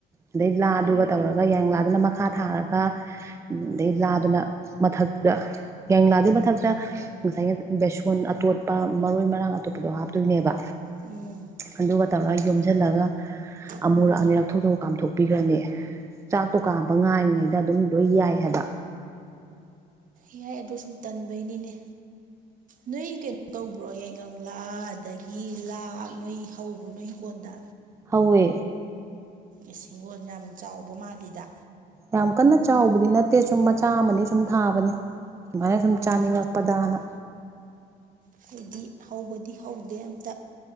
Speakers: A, on the right; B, on the right.
A: ꯑꯗꯩ ꯂꯥꯗꯨꯒ ꯇꯧꯔꯒ ꯌꯥꯌꯥꯡꯂꯥꯗꯨꯅ ꯃꯈꯥ ꯊꯥꯔꯒ ꯑꯗꯩ ꯂꯥꯗꯨꯅ ꯃꯊꯛꯇꯗ ꯌꯥꯡꯂꯥꯗꯨꯏ ꯃꯊꯛꯇ ꯉꯁꯥꯏꯒꯤ ꯕꯦꯁꯣꯟ ꯑꯇꯣꯠꯄ ꯃꯔꯣꯏ ꯃꯔꯥꯡ ꯑꯇꯣꯞꯄꯗꯣ ꯍꯥꯞꯇꯣꯏꯅꯦꯕ
B: ꯎꯝ
A: ꯑꯗꯨꯒ ꯇꯧꯔꯒ ꯌꯣꯝꯁꯤꯜꯂꯒ
B: ꯎꯝ
A: ꯑꯃꯨꯔꯛꯑꯅꯤ ꯊꯧꯊꯧ ꯀꯥꯝꯊꯣꯛꯄꯤꯈ꯭ꯔꯅꯦ ꯆꯥꯛꯇꯣ ꯀꯥꯝꯕ ꯉꯥꯏꯔꯤꯉꯩꯗ ꯑꯗꯨꯝ ꯂꯣꯏ ꯌꯥꯏ ꯍꯥꯏꯕ
B: ꯏꯍꯏ ꯑꯗꯨꯗꯣ ꯁꯨꯝ ꯇꯟꯕꯩꯅꯤꯅꯦ ꯅꯣꯏ ꯀꯩꯅꯣ ꯇꯧꯕ꯭ꯔꯣ ꯌꯥꯏꯉꯥ ꯑꯗꯒꯤ ꯂꯥ ꯅꯣꯏ ꯍꯧꯕ꯭ꯔ ꯅꯣꯏ ꯍꯤꯡꯒꯣꯜꯗ
A: ꯍꯧꯋꯦ
B: ꯏꯁ ꯍꯤꯡꯒꯣꯜ ꯌꯥꯝ ꯆꯥꯎꯕ ꯃꯥꯜꯂꯤꯗ
A: ꯌꯥꯝ ꯀꯟꯅ ꯆꯥꯎꯕꯗꯤ ꯅꯠꯇꯦ ꯁꯨꯝ ꯃꯆꯥ ꯑꯃꯅꯤ ꯁꯨꯝ ꯊꯥꯕꯅꯤ ꯑꯗꯨꯃꯥꯏꯅ
B: ꯎꯝ
A: ꯁꯨꯝ ꯆꯥꯅꯤꯡꯉꯛꯄꯗꯅ
B: ꯑꯩꯈꯣꯏꯗꯤ ꯍꯧꯕꯗꯤ ꯍꯧꯗꯦ ꯑꯝꯇ